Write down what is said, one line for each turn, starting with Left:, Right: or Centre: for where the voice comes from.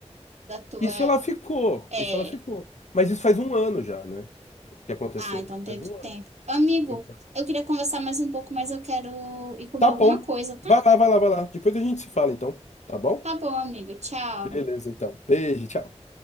Right: da tua,
Left: Isso ela ficou,
Right: é.
Left: isso ela ficou. Mas isso faz um ano já, né? Que aconteceu.
Right: Ah, então teve
Left: Faz um
Right: tempo.
Left: ano.
Right: Amigo,
Left: Então,
Right: eu queria conversar mais um pouco, mas eu quero ir comer
Left: Tá
Right: alguma
Left: bom.
Right: coisa, tá?
Left: Vai lá, vai lá, vai lá. Depois a gente se fala, então. Tá bom?
Right: Tá bom, amigo. Tchau.
Left: Beleza, então. Beijo, tchau.